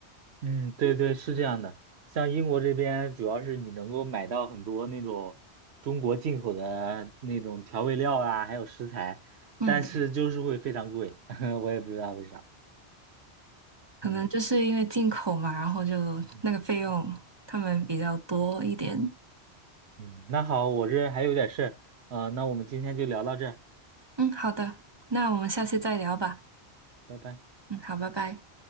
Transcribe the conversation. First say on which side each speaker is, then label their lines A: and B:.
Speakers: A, on the right; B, on the right.
A: 嗯，对对，是这样的。像英国这边，主要是你能够买到很多那种中国进口的那种调味料啊，还有食材，
B: 嗯，
A: 但是就是会非常贵，<laughs> 我也不知道为啥。
B: 可能就是因为进口嘛，
A: 嗯
B: 然后就那个费用他们比较多一点。
A: 嗯嗯，那好，我这还有点事儿，呃，那我们今天就聊到这儿，
B: 嗯，好的，那我们下次再聊吧。
A: 拜拜。
B: 嗯，好，拜拜。